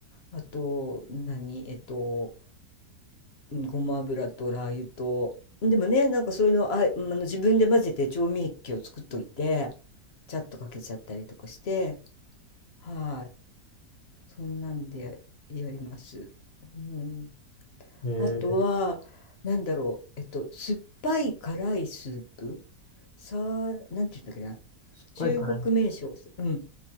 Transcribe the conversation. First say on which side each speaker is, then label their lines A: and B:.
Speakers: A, on the left; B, on the left.
A: あと、何、えっと、うんごま油とラー油と、でもね、なんかそういうの、あ、あの、自分で混ぜて調味液を作っといて、ちゃっとかけちゃったりとかして、はい。そんなんでや、やります。うん
B: うん。
A: あとは、
B: えー、
A: なんだろう、えっと、酸っぱい辛いスープ、さあ、なんていうんだっけな、
B: 酸っぱいかな。
A: 中国名称、うん、